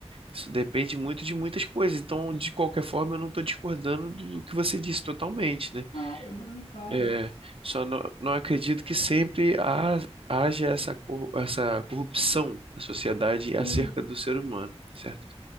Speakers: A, on the right (about 55°); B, on the left (about 80°).
A: isso depende muito de muitas coisas. Então, de qualquer forma, eu não estou discordando do do que você disse totalmente, né?
B: Claro, não, claro.
A: É, só não, não acredito que sempre ha- haja essa, corru- essa corrupção na sociedade acerca
B: Sim.
A: do ser humano, certo?